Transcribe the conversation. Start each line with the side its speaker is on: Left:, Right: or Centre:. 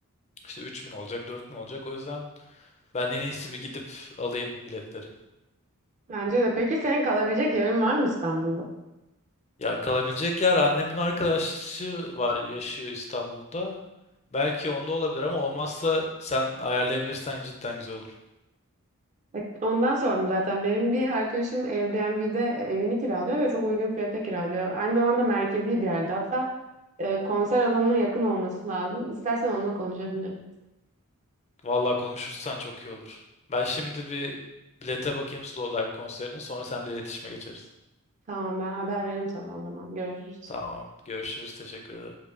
Left: işte 3000 olacak 4000 olacak. O yüzden Ben en iyisi bir gidip alayım biletleri.
Right: Bence de. Peki senin kalabilecek yerin var mı İstanbul'da?
Left: Ya kalabilecek yer annemin arkadaşı var yaşıyor İstanbul'da. Belki onda olabilir ama olmazsa sen ayarlayabilirsen cidden güzel olur.
Right: Evet, Ondan sordum zaten. Benim bir arkadaşım Airbnb'de e, evini kiralıyor ve çok uygun fiyata kiralıyor. Aynı zamanda merkezi bir yerde. Hatta e, konser alanına yakın olması lazım. İstersen onunla konuşabilirim.
Left: Vallahi konuşursan çok iyi olur. Ben şimdi bir bilete bakayım Slowdive konserine sonra seninle iletişime geçeriz.
Right: Tamam ben haber veririm sana o zaman. Görüşürüz.
Left: Tamam. Görüşürüz. Teşekkür ederim.